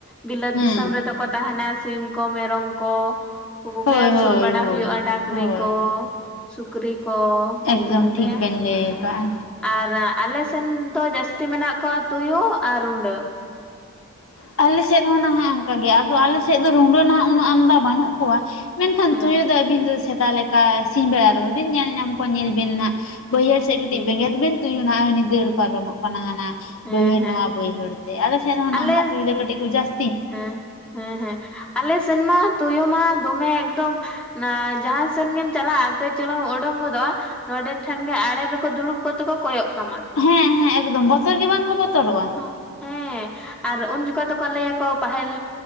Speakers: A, in the centre; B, on the left (about 65°).
A: ᱵᱤᱞᱟᱹᱛ
B: ᱦᱮᱸ
A: ᱫᱤᱥᱚᱢ ᱨᱮᱫᱚ ᱠᱚ ᱛᱟᱦᱮᱸᱱᱟ ᱥᱤᱢ ᱠᱚ ᱢᱮᱨᱚᱢ ᱠᱚ ᱠᱩ ᱠᱚᱜᱮ
B: ᱦᱳᱭ
A: ᱟᱹᱥᱩᱞ
B: ᱦᱳᱭ
A: ᱵᱟᱲᱟ
B: ᱦᱳᱭ
A: ᱦᱩᱭᱩᱜ-ᱟ ᱰᱟᱝᱨᱤ
B: ᱦᱳᱭ
A: ᱠᱚ ᱥᱩᱠᱨᱤ ᱠᱚ, ᱩᱱᱠᱩ
B: ᱮᱠᱫᱚᱢ
A: ᱠᱚᱜᱮ
B: ᱴᱷᱤᱠ ᱵᱮᱱ ᱞᱟᱹᱭ ᱟᱠᱟᱜ-ᱟ᱾
A: ᱟᱨ ᱟᱞᱮ ᱥᱮᱱ ᱫᱚ ᱡᱟᱹᱥᱛᱤ ᱢᱮᱱᱟᱜ ᱠᱚᱣᱟ ᱛᱩᱭᱩ ᱟᱨ ᱨᱩᱸᱰᱟᱹ᱾
B: ᱟᱞᱮ ᱥᱮᱫ ᱦᱚᱸ ᱱᱟᱦᱟᱜ ᱚᱱᱠᱟ ᱜᱮ ᱟᱫᱚ ᱟᱞᱮ ᱥᱮᱫ ᱫᱚ ᱨᱩᱰᱟᱹ ᱱᱦᱟᱜ ᱩᱱᱟᱹᱜ ᱟᱢᱫᱟ ᱵᱟᱹᱱᱩᱜ ᱠᱚᱣᱟ᱾ ᱢᱮᱱᱠᱷᱟᱱ
A: ᱦᱮᱸ
B: ᱛᱩᱭᱩ ᱫᱚ ᱟᱹᱵᱤᱱ ᱫᱚ ᱥᱮᱛᱟ ᱞᱮᱠᱟ ᱥᱤᱧ ᱵᱮᱲᱟ ᱨᱮᱦᱚᱸ ᱵᱤᱱ ᱧᱮᱞ ᱧᱟᱢ ᱠᱚᱣᱟ ᱧᱮᱞ ᱵᱤᱱ ᱦᱟᱜ ᱵᱟᱹᱭᱦᱟᱹᱲ ᱪᱮᱫ ᱠᱟᱹᱴᱤᱡ
A: ᱦᱮᱸ
B: ᱵᱮᱸᱜᱮᱫ ᱵᱮᱱ ᱛᱩᱭᱩ ᱱᱦᱟᱜ ᱩᱱᱤ ᱫᱟᱹᱲ ᱯᱟᱨᱚᱢᱚᱜ ᱠᱟᱱᱟ ᱦᱟᱱᱟ
A: ᱦᱮᱸ
B: ᱵᱟᱹᱭᱦᱟᱹᱲ
A: ᱦᱮᱸ
B: ᱱᱚᱣᱟ ᱵᱟᱹᱭᱦᱟᱹᱲ ᱛᱮ ᱟᱫᱚ ᱱᱟᱦᱟᱜ
A: ᱟᱞᱮ
B: ᱛᱤ ᱨᱮᱫᱚ ᱠᱟᱹᱴᱤᱡ ᱠᱚ ᱡᱟᱥ
A: ᱦᱮᱸ ᱦᱮᱸ ᱦᱮᱸ ᱟᱞᱮ ᱥᱮᱱ ᱢᱟ ᱛᱳᱭᱳ ᱢᱟ ᱫᱚᱢᱮ ᱮᱠᱫᱚᱢ ᱱᱟ ᱡᱟᱦᱟᱸ ᱥᱮᱱ ᱜᱮᱢ ᱪᱟᱞᱟᱜ-ᱟ ᱠᱟᱹᱡ ᱪᱚᱞᱚᱝ ᱳᱰᱳᱝ ᱜᱚᱫ-ᱟ ᱱᱚᱸᱰᱮ ᱴᱷᱮᱱᱜᱮ ᱟᱲᱮ ᱨᱮᱠᱚ ᱫᱩᱲᱩᱵ ᱠᱚᱜ ᱛᱮᱠᱚ ᱠᱚᱭᱚᱜ ᱠᱟᱢᱟ᱾ ᱠᱚ
B: ᱦᱮᱸ ᱦᱮᱸ ᱮᱠᱫᱚᱢ ᱵᱚᱛᱚᱨ ᱜᱮ ᱵᱟᱝᱠᱚ ᱵᱚᱛᱚᱨᱚᱜ-ᱟ᱾
A: ᱦᱚᱸ ᱦᱮᱸ ᱟᱨ ᱩᱱ ᱡᱚᱠᱷᱚᱡ ᱫᱚᱠᱚ ᱞᱟᱹᱭᱟ ᱠᱚ ᱯᱟᱦᱮᱞ